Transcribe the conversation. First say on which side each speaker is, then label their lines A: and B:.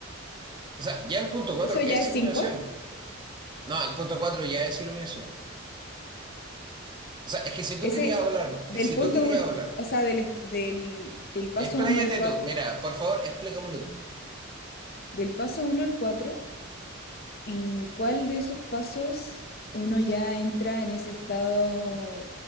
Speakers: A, on the right (about 20°); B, on the left (about 50°).
A: O sea, ya el punto 4
B: Eso ya
A: es
B: es
A: iluminación.
B: cinco
A: No, el punto 4 ya es iluminación. O sea, es que si tú
B: Ese,
A: querías hablar,
B: del
A: si
B: punto
A: tú querías
B: uno
A: hablar,
B: o sea, del, es- del, del paso
A: expláyate
B: uno al cuatro
A: tú. Mira, por favor, explícamelo tú.
B: del paso uno al cuatro ¿En cuál de esos pasos uno ya entra en ese estado